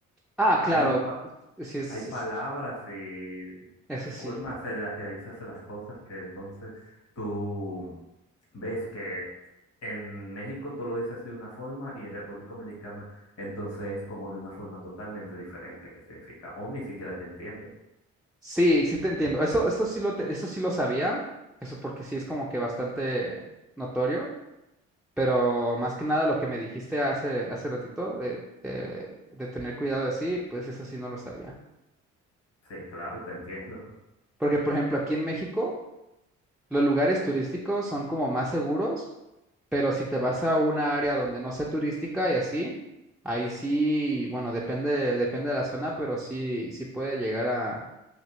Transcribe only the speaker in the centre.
Ah,
claro,
sí, es-
sí
es-
eso
sí.
Sí, sí te entiendo. Eso, eso sí lo, te- eso sí lo sabía, eso porque sí es como que bastante notorio, pero más que nada lo que me dijiste hace, hace ratito de, de, de tener cuidado de sí, pues eso sí no lo sabía.
Porque, por ejemplo, aquí en México, los lugares turísticos son como más seguros Pero si te vas a una área donde no sea turística y así, ahí sí, bueno, depende, depende de la zona, pero sí, sí puede llegar a,